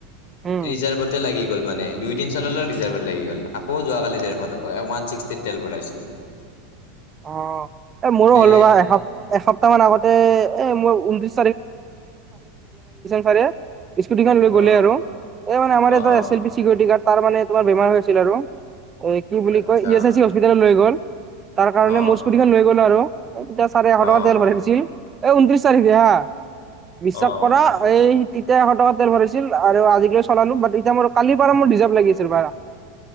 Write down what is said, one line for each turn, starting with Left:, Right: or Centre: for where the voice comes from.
Right: উম
Left: ৰিজাৰ্তে লাগি গল মানে দুই দিন চলালেও ৰিজাৰ্ভত লাগি গ'ল আকৌ যোৱাকালি ডেৰশ টকা ওৱান ছিক্সটি তেল ভৰাইছো
Right: অ এ
Left: মানে
Right: মোৰো হ'লো বা এসপ এসপ্তাহ মান আগতে এ মই ঊনত্ৰিছ <unintelligible> স্কুটি খন লৈ
Left: অ
Right: গ'লে আৰু এ মানে আমাৰ
Left: অ
Right: এটা
Left: অ
Right: S L P security guard তাৰ মানে তোমাৰ বেমাৰ হৈ আছিল আৰু অ কি বুলি
Left: আচ্ছা
Right: কয় ই এছ আ চি হস্পিতালত লৈ গ'ল তাৰ কাৰণে
Left: অ
Right: মোৰ স্কুটিখন লৈ গ'লো আৰু এই তেতিয়া চাৰে এশ টকা
Left: অ
Right: তেল ভৰাই দিছিল এই ঊনত্ৰিশ তাৰিখে হা বিশ্বাস
Left: অ
Right: কৰা এই। তেতিয়া এশ টকা তেল ভৰাছিল আৰু আজিকৈ চলালো ব এতিয়া মোৰ কালিৰ পৰাৰ মোৰ ৰিজাৰ্ভ লাগিছিল বাৰা।